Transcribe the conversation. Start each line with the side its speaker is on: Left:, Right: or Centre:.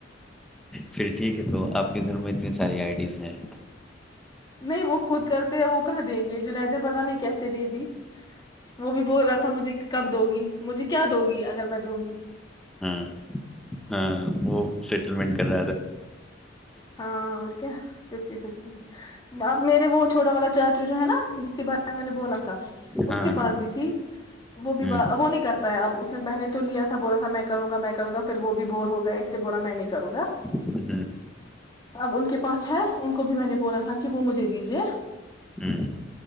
Centre: پھر ٹھیک ہے تو آپ کے گھر میں اتنی ساری آئی ڈیز ہیں
Left: نہیں وہ خود کرتے ہیں وہ کہاں دیں گے جنید نے پتا نہیں کیسے دے دی وہ بھی بول رہا تھا مجھے کب دو گی مجھے کیا دو گی اگر میں تو
Centre: ہاں ہاں وہ سیٹلمٹ کد
Left: ہاں اور کیا فف فف اب میرے وہ چھوٹا والا چا چوچو ہے نا جس کے بارے میں میں نے بولا تھا
Centre: ہاں
Left: اس کے پاس
Centre: ہاں
Left: بھی تھی وہ بھی
Centre: ہوں
Left: وہ نہیں کرتا ہے اب اس نے پہلے تو لیا تھا بولا تھا میں کروں گا میں کروں گا پھر وہ بھی بور ہوگا اس سے بولا میں نہیں کروں گا
Centre: ہوں
Left: اب ان کے پاس ہے ان کو بھی میں نے بولا تھا کہ وہ مجھے دییجے
Centre: ہوں